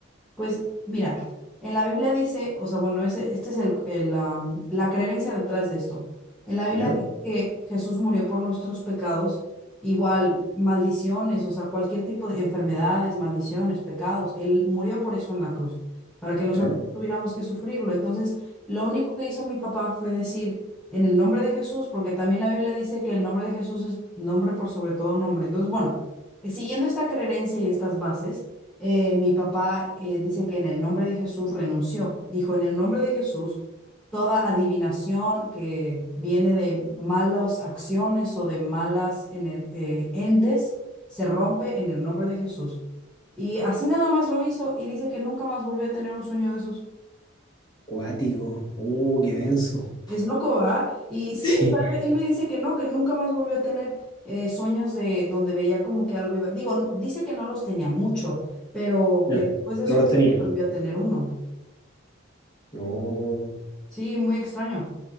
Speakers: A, in the centre; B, on the left.
A: Pues mira, en la Biblia dice, o sea, bueno, ese, este es el, el, ah, la creencia detrás de esto. En la Biblia
B: ¿Ya?
A: dice que Jesús murió por nuestros pecados, igual maldiciones, o sea, cualquier tipo de enfermedades, maldiciones, pecados. Él murió por eso en la cruz, para que nosotros
B: Claro.
A: no tuviéramos que sufrirlo. Entonces, lo único que hizo mi papá fue decir, en el nombre de Jesús, porque también la Biblia dice que el nombre de Jesús es nombre por sobre todo nombre. Entonces, bueno, eh, siguiendo esta creencia y estas bases eh, mi papá eh, dice que en el nombre de Jesús renunció. Dijo, en el nombre de Jesús, toda adivinación que viene de malas acciones o de malas ener- eh, entes se rompe en el nombre de Jesús. Y así nada más lo hizo y dice que nunca más volvió a tener un sueño de esos.
B: Cuático. Uh, qué denso.
A: Es
B: <laughs>
A: loco, ¿verdad? Y sí,
B: Sí.
A: o sea, él él me dice que no, que nunca más volvió a tener eh, sueños de donde veía como que algo iba. Digo, dice que no los tenía mucho, pero
B: Ya.
A: que después de eso
B: No los
A: no
B: tenía.
A: volvió a tener uno.
B: No.
A: Sí, muy extraño.